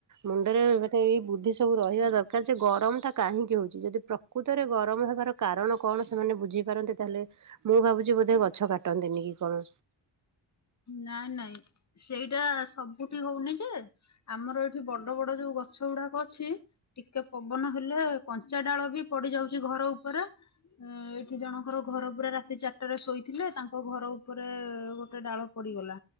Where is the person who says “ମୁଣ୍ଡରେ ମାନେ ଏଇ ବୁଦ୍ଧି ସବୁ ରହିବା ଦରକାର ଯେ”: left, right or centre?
Right